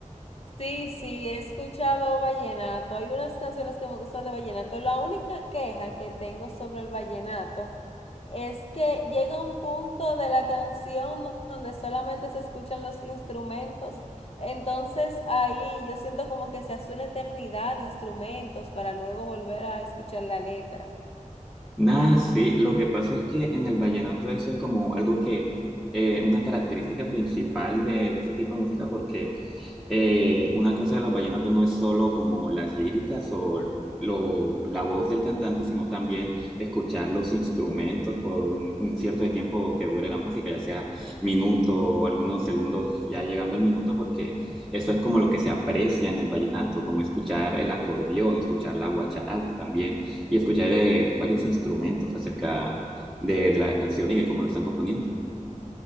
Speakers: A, on the left (about 50°); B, in the centre.
A: Sí, sí, he escuchado vallenato. Hay unas canciones que me gustan de vallenato. La única queja que tengo sobre el vallenato Es que llega un punto de la canción do- donde solamente se escuchan los instrumentos, entonces ahí yo siento como que se hace una eternidad de instrumentos para luego volver a escuchar la letra.
B: Nada, sí, lo que pasa es que en el vallenato eso es como algo que, eh, una característica principal de, de ese tipo de música, porque eh, una cosa de los vallenatos no es solo como las líricas o lo- la voz del cantante, sino también escuchar los instrumentos por un, un cierto de tiempo que dure la música, ya sea minuto o algunos segundos ya llegando al minuto, porque eso es como lo que se aprecia en el vallenato, como escuchar el acordeón, escuchar la guacharaca también y escucharé varios instrumentos acerca de, de la canción y de cómo lo están componiendo.